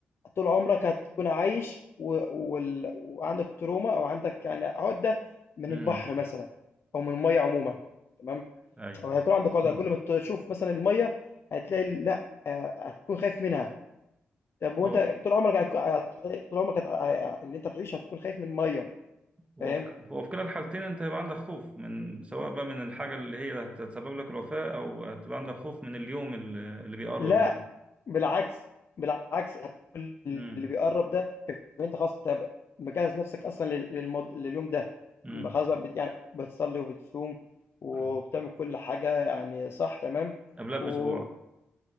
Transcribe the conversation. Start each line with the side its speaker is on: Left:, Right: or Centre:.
Left: طول عمرك هتكون عايش و... وال... وعندك تروما او عندك يعني عقده من
Right: مم.
Left: البحر مثلا او من الميه عموما تمام
Right: أي
Left: او هيكون عندك عقده كل ما تشوف مثلا الميه هتلاقي لا آه، هتكون خايف منها طب وانت
Right: هو
Left: طول عمرك هتكون- طول عمرك هت- اللي انت تعيش هتكون خايف من الميه
Right: هو
Left: فاهم
Right: في هو في كلا الحالتين أنت هيبقى عندك خوف من سواء بقى من الحاجة اللي هي هتسبب لك الوفاة أو هتبقى عندك خوف من اليوم ال- اللي بيقرب
Left: لا
Right: ده
Left: بالعكس، بالعكس اللي
Right: مم.
Left: بيقرّب ده يبقى أنت خلاص أنت مجهّز نَفْسك أصلًا لل للمض لليوم ده،
Right: مم.
Left: م خلاص بقى بت يعني بتصلّي وبتصوم وبتعمل
Right: مم.
Left: كل حاجة يعني صح تمام،
Right: قبلها
Left: و
Right: بأسبوع